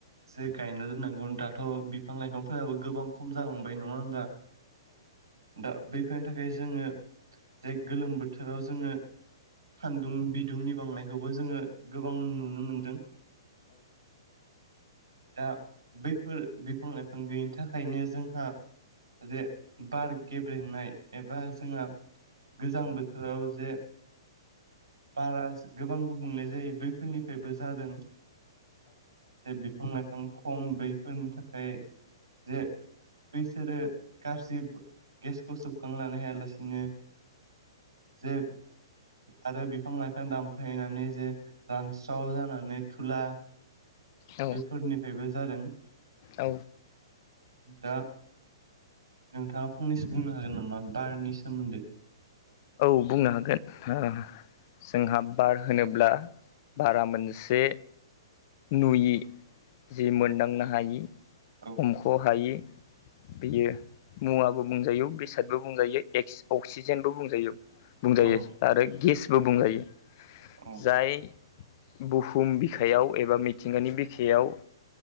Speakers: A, on the right; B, on the left.
A: जे गायना दोननांगौ दाथ' बिफां लाइफांफोराबो गोबां खम जालांबाय नङा होमबा दा बैफोरनि थाखाय जोङो जे गोलोम बोथोराव जोङो सान्दुं बिदुंनि बांनायखौबो जोङो गोबां नुनो मोनदों। दा बैफोर बिफां लाइफां गैयिनि थाखायनो जोंहा जे बार गेब्रेंनाय एबा जोंहा गोजां बोथोराव जे बारा गोबां गुबुंले जायो बैफोरनिफ्रायबो जादों जे बिफां लाइफां खम बैफोरनि थाखाय जे बैसोरो गाज्रि गेसखौ सोबखांलानो हायालासिनो जे आरो बिफां लाइफां दामफायनानै जे रानस्राव जानानै थुला
B: औ
A: बेफोरनिफ्रायबो जादों
B: औ
A: दा नोंथाङा फंनैसो बुंनो हागोन नामा बारनि सोमोन्दै
B: बुंनो हागोन हा जोंहा बार होनोब्ला बारा मोनसे नुयि जे मोनदांनो हायि
A: औ
B: हमख'हायि बेयो मुवाबो बुंजायो बेसादबो बुंजायो एक्स अक्सिजेनबो बुंजायो बुंजायो
A: औ
B: आरो गेसबो बुंजायो
A: औ
B: जाय बुहुम बिखायाव एबा मिथिंगानि बिखायाव